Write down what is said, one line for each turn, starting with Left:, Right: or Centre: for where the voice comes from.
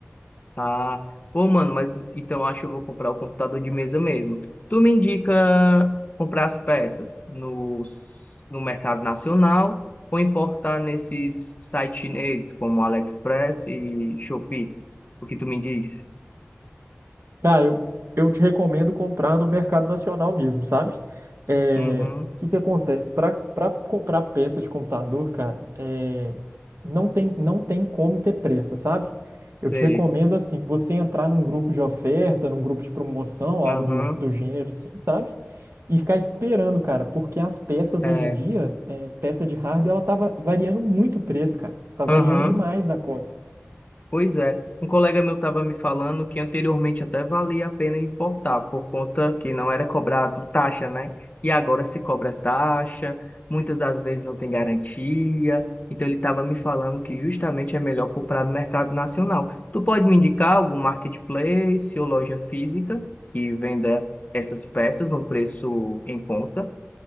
Left: Ah, pô, mano, mas então eu acho que eu vou comprar o computador de mesa mesmo. Tu me indica comprar as peças no, no mercado nacional ou importar nesses sites chineses como AliExpress e Shopee? O que tu me diz?
Right: Cara, eu, eu te recomendo comprar no mercado nacional mesmo, sabe? É,
Left: Uhum,
Right: o que que acontece? Para para comprar peça de computador, cara, é, não tem, não tem como ter pressa, sabe? Eu
Left: sei.
Right: te recomendo, assim, você entrar num grupo de oferta, num grupo de promoção, algo
Left: Aham,
Right: do, do gênero, assim, sabe? E ficar esperando, cara, porque as peças
Left: é.
Right: hoje em dia, é, peça de hardware, ela tá va- variando muito o preço, cara. Tá
Left: Aham.
Right: variando demais da conta.
Left: Pois é, um colega meu estava me falando que anteriormente até valia a pena importar, por conta que não era cobrado taxa, né? E agora se cobra taxa, muitas das vezes não tem garantia. Então ele estava me falando que justamente é melhor comprar no mercado nacional. Tu pode me indicar algum marketplace ou loja física que venda essas peças num preço em conta,